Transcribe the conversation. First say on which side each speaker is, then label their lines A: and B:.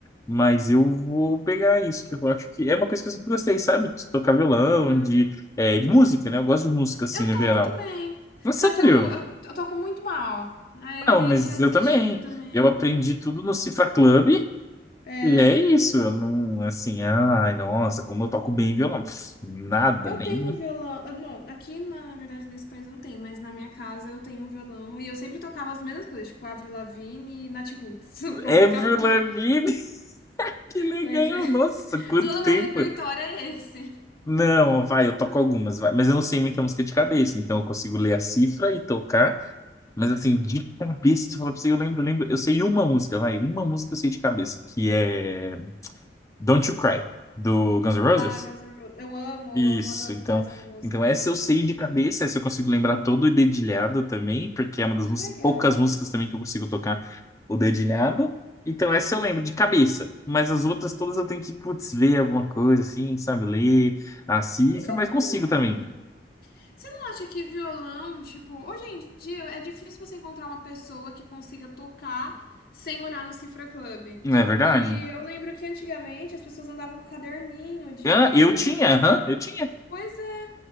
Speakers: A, on the left; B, on the left.
A: Mas eu vou pegar isso, que eu acho que é uma coisa que eu sempre gostei, sabe? De tocar violão,
B: Aham.
A: de, é, de música, né? Eu gosto de música, assim,
B: Eu
A: no
B: toco
A: geral.
B: também.
A: Não, sério?
B: Só que eu, eu, eu toco muito mal. Aí eu
A: Não,
B: meio
A: mas
B: que já desisti
A: eu também.
B: também.
A: Eu aprendi tudo no Cifra Club
B: É.
A: e é isso. Eu não, assim, ai, nossa, como eu toco bem violão. Pff, nada,
B: Eu
A: nem...
B: tenho um violão. ah, Não, aqui na, na verdade nesse país eu não tenho, mas na minha casa eu tenho um violão e eu sempre tocava as mesmas coisas, tipo Avril Lavigne e Nat Roots. <laughs> Pronto,
A: Avril
B: acabou.
A: Lavigne, <laughs> que legal!
B: Pois é.
A: Nossa, quanto
B: Todo
A: tempo!
B: meu repertório é esse.
A: Não, vai, eu toco algumas, vai. Mas eu não sei muita música de cabeça, então eu consigo ler a cifra e tocar. Mas assim, de cabeça, se eu falar pra você, eu lembro, eu lembro. Eu sei uma música, vai. Uma música eu sei de cabeça, que é Don't You Cry, do Guns N' Roses.
B: Ah, Guns N' Roses. Eu amo, eu
A: Isso,
B: amo, adoro
A: então,
B: cantar essa música.
A: então essa eu sei de cabeça, essa eu consigo lembrar todo o dedilhado também, porque é uma das mus-
B: Que legal.
A: poucas músicas também que eu consigo tocar o dedilhado. Então essa eu lembro de cabeça, mas as outras todas eu tenho que, putz, ver alguma coisa assim, sabe, ler a cifra,
B: E você
A: mas consigo
B: não.
A: também.
B: Você não acha que violão, tipo, hoje em dia é difícil você encontrar uma pessoa que consiga tocar sem olhar no Cifra Club.
A: Não é verdade?
B: E eu lembro que antigamente as pessoas andavam com caderninho de.
A: Ah, eu tinha, aham, eu tinha.
B: Pois é,